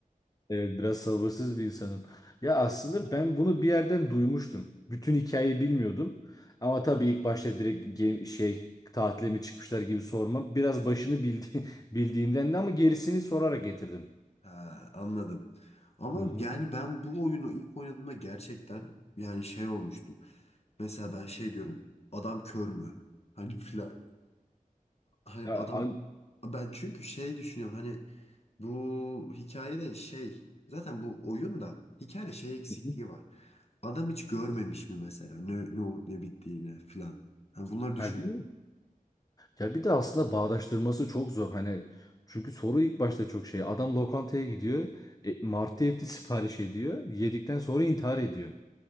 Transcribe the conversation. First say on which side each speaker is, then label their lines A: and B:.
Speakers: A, on the left; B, on the left.
A: Evet biraz sabırsız bir insanım. Ya aslında ben bunu bir yerden duymuştum. Bütün hikayeyi bilmiyordum. Ama tabii ilk başta direkt game, şey tatile mi çıkmışlar gibi sorma. Biraz başını bildi, <laughs> bildiğimden de ama gerisini sorarak getirdim.
B: Ha, anladım. Ama
A: Hı hı.
B: yani ben bu oyunu ilk oynadığımda gerçekten yani şey olmuştum. Mesela ben şey diyorum. Adam kör mü? <laughs> Hani filan. Hani
A: Ya,
B: adam
A: an-
B: ben çünkü şey düşünüyorum hani bu hikayede şey zaten bu oyunda hikayede şey eksikliği
A: Hı hı.
B: var. Adam hiç görmemiş mi mesela ne, ne olup ne bittiğini filan. Hani bunları düşün.
A: Ha, değil mi? Ya bir de aslında bağdaştırması çok zor. Hani çünkü soru ilk başta çok şey. Adam lokantaya gidiyor. E, martı eti <laughs> sipariş ediyor. Yedikten sonra intihar ediyor.